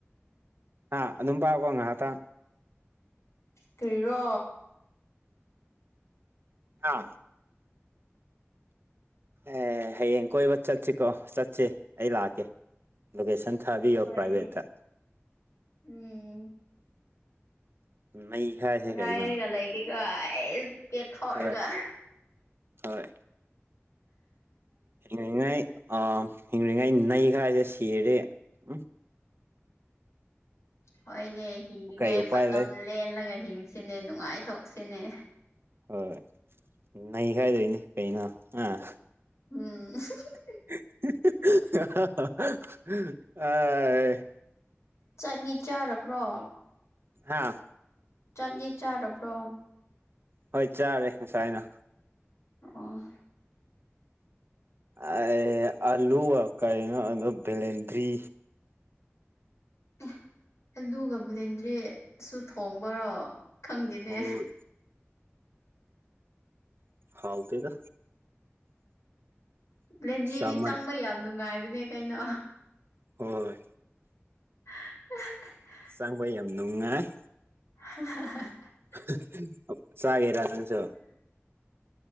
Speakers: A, on the right; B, on the left.
A: ꯑ ꯑꯗꯨꯝ ꯄꯥꯢꯌꯨꯀꯣ ꯉꯍꯥꯛꯇꯪ
B: ꯀꯔꯤꯔꯣ
A: ꯍꯥ ꯑꯦ ꯍꯌꯦꯡ ꯀꯣꯏꯕ ꯆꯠꯁꯤꯀꯣ ꯆꯠꯁꯤ ꯑꯩ ꯂꯥꯛꯀꯦ ꯂꯣꯀꯦꯁꯟ ꯊꯥꯕꯤꯌꯣ
B: ꯍꯣꯏꯅꯦ
A: ꯄ꯭ꯔꯥꯏꯚꯦꯠꯇ
B: ꯎꯝ
A: ꯅꯩꯈꯥꯏꯁꯦ
B: ꯉꯥꯏꯔꯒ
A: ꯀꯩꯅꯣ
B: ꯂꯩ ꯀꯦꯀꯣ ꯑꯦꯁ ꯀꯦ ꯊꯔꯒ
A: ꯍꯣꯏ ꯍꯣꯏ <unintelligible> ꯑ ꯍꯤꯡꯔꯤꯉꯩ ꯅꯩꯒꯥꯏꯁꯦ ꯁꯤꯔꯗꯤ ꯎꯝ
B: ꯍꯣꯏꯅꯦ ꯍꯤꯡꯉꯤꯉꯩ
A: ꯀꯩ ꯎꯄꯥꯏ
B: ꯃꯇꯝ
A: ꯂꯩ
B: ꯂꯦꯜꯂꯒ ꯍꯤꯡꯁꯤꯅꯦ ꯅꯨꯡꯉꯥꯏꯊꯣꯛꯁꯤꯅꯦ
A: ꯍꯣꯏ ꯅꯩ ꯈꯥꯏꯗꯣꯏꯅꯤ ꯀꯩꯅꯣ ꯑꯥ
B: ꯎꯝ <unintelligible>
A: <unintelligible> ꯑ
B: ꯆꯠꯂꯤ ꯆꯥꯔꯕ꯭ꯔꯣ
A: ꯍꯥꯥ
B: ꯆꯥꯛꯒꯤ ꯆꯥꯔꯕ꯭ꯔꯣ
A: ꯍꯣꯏ ꯆꯥꯔꯦ ꯉꯁꯥꯏꯅ
B: ꯑꯣ
A: ꯑ ꯑꯜꯂꯨ ꯑ ꯀꯅꯣ ꯑꯗꯨ ꯕꯂꯦꯟꯗ꯭ꯔꯤ
B: ꯑꯦ ꯑꯂꯨꯒ ꯕꯂꯦꯟꯗ꯭ꯔꯔꯤꯁꯨ ꯊꯣꯡꯕꯔꯣ ꯈꯪꯗꯦꯅꯦ
A: ꯍꯣꯏ ꯍꯥꯎꯇꯦꯗ
B: ꯂꯦꯗ꯭ꯔꯤꯗꯤ
A: ꯆꯥꯃꯟ
B: ꯆꯪꯕ ꯌꯥꯝ ꯅꯨꯡꯉꯥꯏꯕꯅꯦ ꯀꯩꯅꯣ
A: ꯍꯣꯏ
B: <unintelligible>
A: ꯆꯪꯕ ꯌꯥꯝ ꯅꯨꯡꯉꯥꯏ
B: <unintelligible>
A: <unintelligible> ꯆꯒꯦꯔꯥ ꯅꯪꯁꯨ
B: <unintelligible>